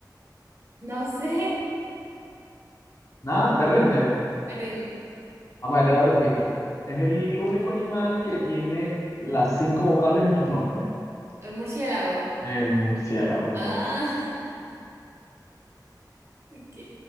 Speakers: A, on the right; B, on the left.
A: no <laughs> sé.
B: Nada, te rinde.
A: Me rindo.
B: Vamos a dar otra pista. Es el único animal que tiene las cinco vocales en su nombre.
A: El murciélago.
B: El murciélago, correcto.
A: Ah, <laughs> ok.